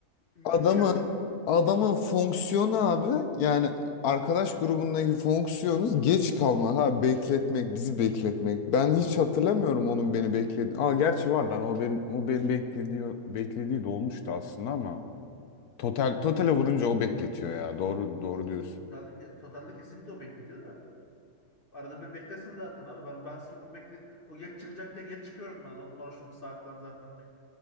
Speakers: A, on the left; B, on the left.
A: mümkün
B: Adamın
A: mü?
B: adamın fonksiyonu abi yani arkadaş grubundaki fonksiyonuz geç kalmak abi bekletmek bizi bekletmek. Ben hiç hatırlamıyorum onun beni bekledi. Aa gerçi var lan o benim o beni beklediği beklediği de olmuştu aslında ama total totale vurunca o bekletiyor ya. Doğru doğru diyorsun.
A: Totalde, totalde kesinlikle o bekletiyor da. Arada bir beklesin zaten abi. Ben ben sırf o bekle o geç çıkacak diye geç çıkıyorum ben. O konuştuğumuz saatten zaten.